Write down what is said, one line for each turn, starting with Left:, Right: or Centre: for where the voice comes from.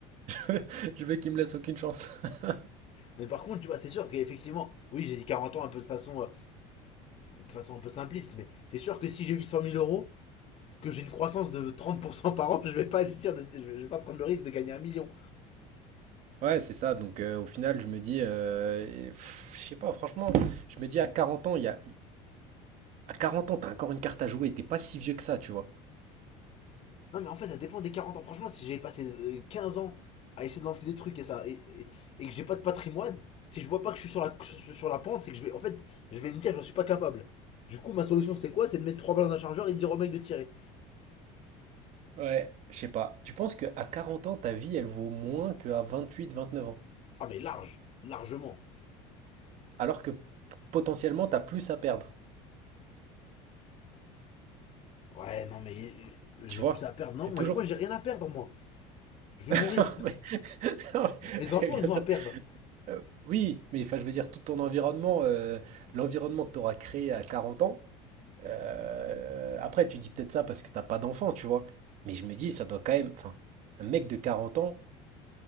Right: Je veux je veux qu'ils me laissent aucune chance. <laughs>
Left: Mais par contre, tu vois, c'est sûr qu'effectivement, oui, j'ai dit 40 ans un peu de façon, euh, de façon un peu simpliste, mais c'est sûr que si j'ai huit cent mille euros, que j'ai une croissance de 30% par an, <laughs> je vais pas dire, de- je vais je vais pas prendre le risque de gagner un million.
Right: Ouais, c'est ça donc heu, au final, je me dis, heu et pff, je sais pas franchement, je me dis à 40 ans, il y a à 40 ans, t'as encore une carte à jouer, t'es pas si vieux que ça, tu vois?
Left: Non, mais en fait, ça dépend des 40 ans. Franchement, si j'ai passé euh, 15 ans à essayer de lancer des trucs et ça et, et, et que j'ai pas de patrimoine, si je vois pas que je suis sur la, sur, la pente, c'est que je vais. En fait, je vais me dire, j'en suis pas capable. Du coup, ma solution, c'est quoi C'est de mettre trois balles dans un chargeur et de dire au mec de tirer.
Right: Ouais, je sais pas. Tu penses qu'à 40 ans, ta vie, elle vaut moins qu'à vingt-huit vingt-neuf ans?
Left: Ah, mais large, largement.
Right: Alors que p potentiellement, t'as plus à perdre,
Left: Ouais, non, mais euh,
Right: tu
Left: j'ai
Right: vois?
Left: plus à perdre. Non,
Right: C'est
Left: moi,
Right: toujours
Left: moi j'ai rien à perdre, moi. Je vais
Right: <laughs>
Left: mourir.
Right: non mais non
Left: Mes enfants,
Right: mais <laughs> bien
Left: ils
Right: sûr
Left: ont à perdre.
Right: Euh, oui, mais enfin, je veux dire, tout ton environnement, euh, l'environnement que tu auras créé à 40 ans, euh, après, tu dis peut-être ça parce que t'as pas d'enfant, tu vois. Mais je me dis, ça doit quand même, enfin, un mec de 40 ans,